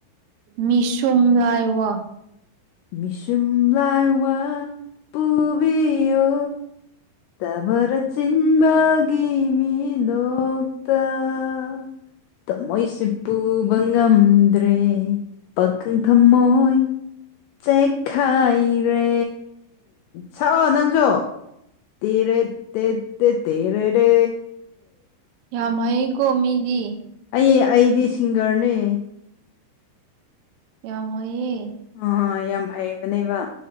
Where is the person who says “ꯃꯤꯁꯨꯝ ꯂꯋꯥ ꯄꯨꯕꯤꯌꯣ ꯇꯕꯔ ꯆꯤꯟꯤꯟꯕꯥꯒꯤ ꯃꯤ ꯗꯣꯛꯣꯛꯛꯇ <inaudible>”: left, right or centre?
Left